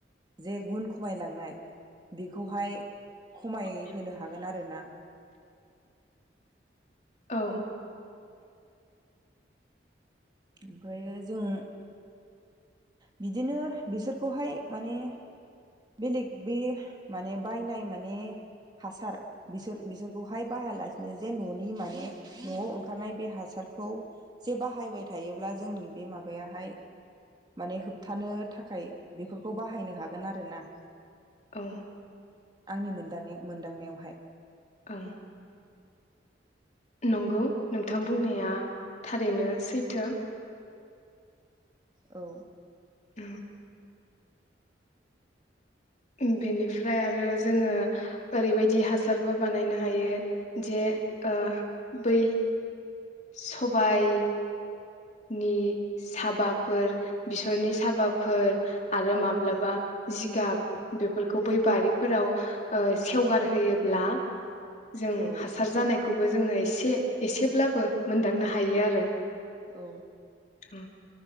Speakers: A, on the right (about 25°); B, on the left (about 40°).
A: जे गुन खमायलांनाय बे खौहाय खमायहोनो
B: थांफिन।
A: हागोन आरोना
B: औ
A: ओमफ्राय जों बिदिनो बिसोरखौहाय माने बेलेग बे माने बायनाय माने हासार बिसोर बिसोरखौहाय बाहायालासेनो जे न'नि माने न'आव ओंखारनाय बे हासारखौ जे बाहायबाय थायोब्ला जोंनि बे माबायाहाय माने होबथानो थाखाय बेफोरखौ बाहायनो हागोन आरो ना
B: औ
A: आंनि मोनदानायाव मोनदांनायावहाय
B: औ नंगौ नोंथां बुंनाया थारैनो सैथो
A: औ
B: उम बेनिफ्राय आरो जोङो ओरैबायदि हासारबो बानायनो हायो जे ओ बै सबाय नि साबाफोर बेसरनि साबाफोर आरो माब्लाबा
A: औ
B: जि गाब बेफोरखौ बै बारिफोराव ओ सेवगार होयोब्ला जों
A: औ
B: हासार जानाय खौबो जोङो एसे एसेब्लाबो मोनदांनो हायो आरो
A: औ
B: औ